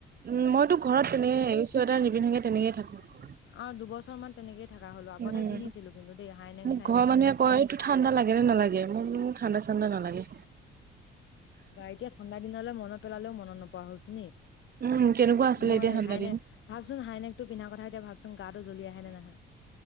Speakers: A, on the right (about 50°); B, on the left (about 75°).
A: উম মইতো ঘৰত তেনেকেৰিছো এটাৰ নিবিনেগে তেনেকয়ে থাকো।
B: আৰু দুবছৰ মান তেনেকে থকা হলো আগতে
A: উম
B: পিন্ধিছিলো কিন্তু দেই হাইনেট
A: মোক
B: চাইনেট
A: ঘৰৰ মানুহে কয় এইটো ঠাণ্ডা লাগে নে নালাগে মোৰ ঠাণ্ডা ঠাণ্ডা নালাগে।
B: বা এতিয়া ঠাণ্ডা দিনলৈ মনত পেলালেও মনত নপোৱা হলছোন নি
A: উম কেনেকুৱা
B: এ
A: আছিলে
B: মই
A: এতিয়া ঠাণ্ডা
B: হাইনেক
A: দিন
B: ভাবচোন হাইনেকটো পিন্ধাৰ কথা এতিয়া ভাবছো। গাটো জ্বলি আহে নে নাহে